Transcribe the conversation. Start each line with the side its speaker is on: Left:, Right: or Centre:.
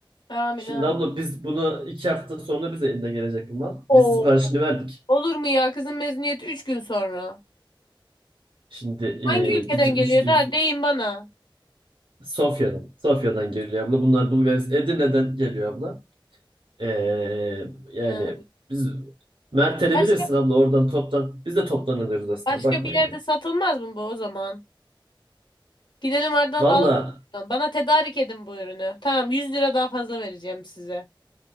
Left: Amin
Right: Şimdi
Left: amin.
Right: abla biz bunu iki hafta sonra bize elinden gelecek bu mal.
Left: Oo.
Right: Biz siparişini verdik.
Left: Olur mu ya? Kızın mezuniyeti 3 gün sonra.
Right: Şimdi ee,
Left: Hangi ülkeden
Right: bizim
Left: geliyor
Right: üç gün
Left: da deyin bana.
Right: Sofya'dan. Sofya'dan geliyor abla. Bunlar Bulgaristan. Edirne'den geliyor abla. Ee, yani
Left: Ha,
Right: biz Mert'e
Left: Başka
Right: bilirsin abla oradan toptan biz de toplanılırız aslında
Left: başka
Right: bakma
Left: bir
Right: yani.
Left: yerde satılmaz mı bu o zaman? Gidelim oradan
Right: Valla
Left: alalım. Bana tedarik edin bu ürünü. Tamam 100 lira daha fazla vereceğim size.